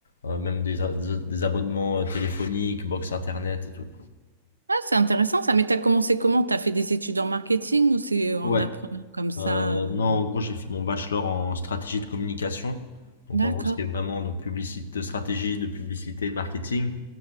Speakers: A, on the left (about 70°); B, on the right (about 80°).
A: euh, même des, a- des- des abonnements euh, téléphoniques, box internet et tout.
B: Ah, c'est intéressant ça. Mais tu as commencé comment? Tu as fait des études en marketing ou c'est en
A: Ouais,
B: apprenant comme ça?
A: euh,
B: euh
A: non, en gros, j'ai fait mon bachelor en stratégie de communication. Donc,
B: D'accord.
A: en gros, ce qui est vraiment donc, publicité, stratégie de publicité, de marketing.